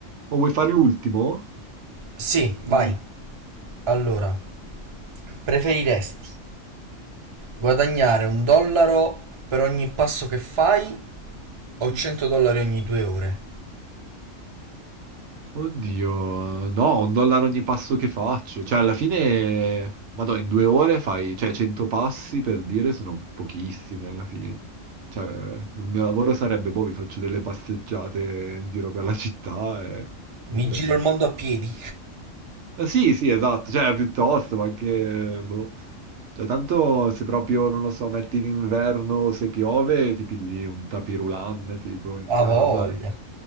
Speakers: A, on the right; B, on the right.
A: O vuoi fare l'ultimo?
B: Sì, vai.
A: Poi
B: Allora, preferiresti guadagnare un dollaro per ogni passo che fai o
A: mi-
B: 100 dollari ogni due ore?
A: Oddio, no, un dollaro ogni passo che faccio. Cioè, alla fine, vado in due ore fai, cioè, 100 passi per dire sono pochissimi alla fine. Cioè, il mio lavoro sarebbe, boh, vi faccio delle passeggiate in giro per la città e,
B: Mi
A: e prendo
B: giro il
A: un...
B: mondo
A: ca-
B: a piedi.
A: Ah, sì, sì, esatto, cioè, piuttosto, ma anche, boh. Cioè, tanto se proprio, non lo so, metti in inverno, se piove, ti pigli un tapirulan, tipo, in casa,
B: A voglia.
A: e